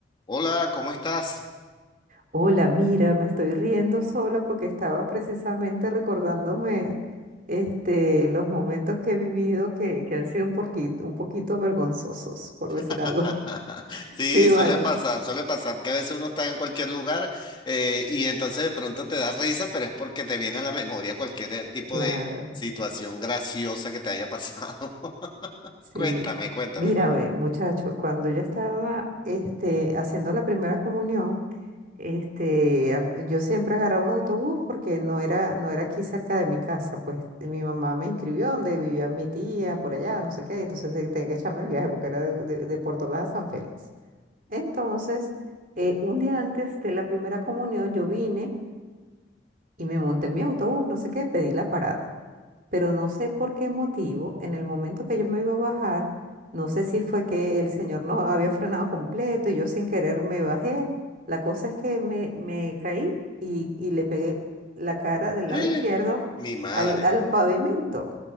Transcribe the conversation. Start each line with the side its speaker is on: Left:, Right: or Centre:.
Left: Hola, ¿cómo estás?
Right: Hola, mira, me estoy riendo sola porque estaba precisamente recordándome este, los momentos que he vivido que, que han sido un poquito, un poquito vergonzosos, por decir
Left: <laughs>
Right: algo. <laughs>
Left: Sí,
Right: Sí, vale.
Left: suele pasar, suele pasar que a veces uno está en cualquier lugar eh, y entonces de pronto te da risa, pero es porque te viene a la memoria cualquier eh, tipo
Right: Claro.
Left: de situación graciosa que te haya pasado. <laughs>
Right: Sí,
Left: Cuéntame, cuéntame,
Right: mírame,
Left: cuéntame.
Right: muchacho, cuando yo estaba este, haciendo la primera comunión, este, a- yo siempre agarraba un autobús porque no era, no era aquí cerca de mi casa, pues mi mamá me inscribió donde vivía mi tía, por allá, no sé qué, entonces te- tenía que echarme el viaje porque era de, de- de Puerto Ordaz a San Félix. Entonces, eh, un día antes de la primera comunión, yo vine y me monté en mi autobús, no sé qué, pedí la parada pero no sé por qué motivo, en el momento que yo me iba a bajar, no sé si fue que el señor no había frenado completo y yo sin querer me bajé. La cosa es que me, me caí y, y le pegué la cara del
Left: <gasps>
Right: lado izquierdo
Left: Mi madre.
Right: al, al pavimento.